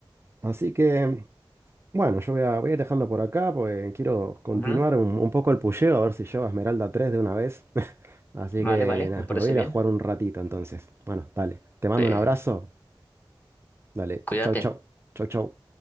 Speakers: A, on the right; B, on the left.
A: Así que bueno, yo voy a, voy a ir dejando por acá porque quiero continuar
B: Ujú.
A: un, un poco el pusheo a ver si llego a Esmeralda 3 de una vez. <laughs> Así
B: Vale,
A: que
B: vale,
A: nada,
B: me parece
A: me voy a ir
B: bien.
A: a jugar un ratito entonces. Bueno, dale. Te mando
B: Eh,
A: un abrazo. Dale,
B: Cuídate.
A: chau, chau. Chau, chau.